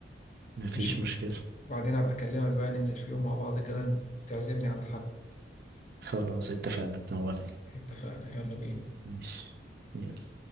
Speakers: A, on the right; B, on the left.
A: مفيش
B: ماشي
A: مشكلة
B: وبعدين أبقى أكلمك بقى ننزل في يوم مع بعض كده تعزمني عند حد
A: خلاص اتفقنا تنورني
B: اتفقنا يلا بينا
A: ماشي